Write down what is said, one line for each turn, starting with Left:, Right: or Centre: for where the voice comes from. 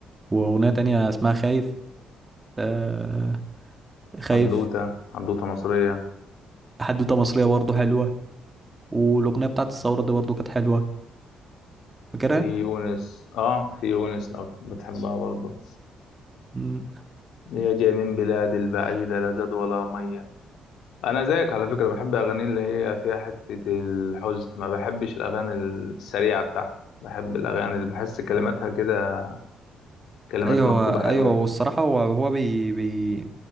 Right: واغنيه تانية اسمها خايف آه خايف
Left: حدوتة حدوتة مصرية
Right: حدوتة مصرية برضو حلوة والأغنية بتاعت الثورة دي برضو كانت حلوة فاكرها؟
Left: في يونس آه في يونس لو بتحبها برضو
Right: مم.
Left: يا جاي من بلاد البعيدة لا زاد ولا مية أنا زيك على فكرة بحب أغاني اللي هي فيها حتة الحزن ما بحبش الأغاني السريعة بتاعتي بحب الأغاني اللي بحس كلماتها كده كلمات
Right: أيوة
Left: مكتوبة حلوة
Right: أيوة
Left: يعني
Right: والصراحة هو هو بي بي